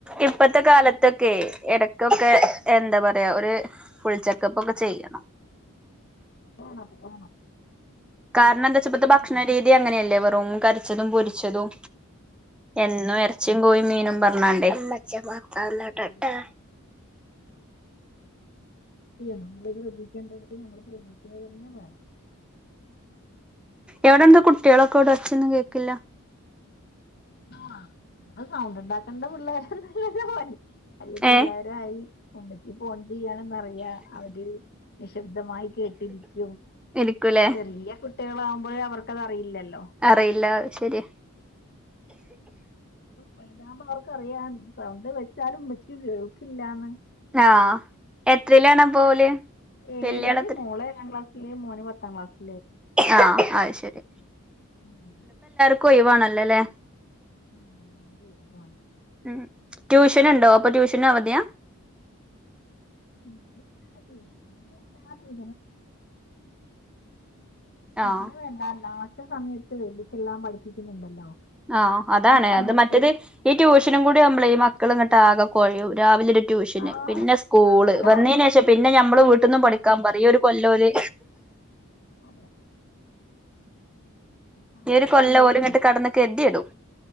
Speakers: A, in the centre; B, on the left.
A: ഇപ്പത്തെ കാലത്തൊക്കെ ഇടക്കൊക്കെ എന്താ പറയാ ഒരു ഫുൾ ചെക്കപ്പ് ഒക്കെ ചെയ്യണം
B: അതാണ് അതാണ്
A: കാരണം എന്താ വെച്ചപ്പോ
B: ശരിയാണ്
A: ഭക്ഷണ രീതി അങ്ങനെയല്ലേ വെറും കരിച്ചതും പൊരിച്ചതും എന്നും ഇറച്ചിം കോയിം മീനും പറഞ്ഞാണ്ട് <inaudible>
B: അത് നമ്മള് ശ്രദ്ധിക്കേണ്ടടത്ത് നമ്മള് ശ്രദ്ധിക്കുക തന്നെ വേണം
A: എവിടെന്താ കുട്ടികളൊക്കെ എവിടെയൊച്ചയൊന്നും കേക്കില്ല
B: ആ ഇവടെ സൗണ്ട് ഉണ്ടാക്കണ്ട പിള്ളേ <unintelligible> അയ്യോ പിള്ളാരായി
A: ഏ
B: ഉമ്മച്ചി ഫോൺ ചെയ്യാ ചെയ്യണന്നറിയ അവര് നിശബ്ദമായി കേട്ടിരിക്കും
A: ഇരിക്കൂലേ
B: ചെറിയ കുട്ടികള ആകുമ്പോഴേ അവർക്കത്റിയില്ലല്ലോ.
A: അറിയില്ല ശരി
B: വലുതാവുമ്പോ അവർക്ക്റിയാൻ സൗന്ത വെച്ചാലും ഉമ്മച്ചിക്ക് കേൾക്കില്ലന്ന്.
A: ആഹ് എത്രയിലാണ് പ്പ ഓല്.
B: ഏഴില്
A: വല്യാള് എത്ര
B: മോള് ഏഴാം ക്ലാസിൽ മോന് പത്താംക്ലാസിൽ
A: ആഹ അ ശരി
B: ഉം
A: ക്കോ ഇവാണ്ല്ലല്ലേ
B: പില്ല ഒരു ഒഴിവാണ്
A: ഉ ട്യൂഷന ഉണ്ടോ അപ്പൊ ട്യൂഷന അവതിയാ
B: എന്ത പറല്ല <unintelligible>
A: ആഹ്
B: എതിന് വേണ്ട ലാസ്റ്റ് സമയത്ത് എക്കെല്ലാം പഠിപ്പിക്കുന്നുണ്ടല്ലോ
A: ആഹ അതാണ്
B: ആ സമയത്ത്
A: അത് മറ്റേത് ഈ ട്യൂഷനും കൂടി നമ്മള മക്കള ഇങ്ങോട്ട ആകെ കൊഴയും രാവിലെ ഒരു ട്യൂഷന്
B: ആ
A: പിന്നെ സ്കൂള്
B: രാവിലെ
A: വന്നതിന്
B: വന്ന്
A: ശേഷം പിന്നെ ഞമ്മള് വീട്ടിൽന്നന്ന് പഠിക്കാൻ പറിം ഒരു കൊല്ലോല്
B: അതെ. പത്താം ക്ലാസ്
A: ര് കൊല്ല
B: ആവുമ്പോഴേ
A: ഓൽങ്ങിട്ട് കടന്ന കതിയടും.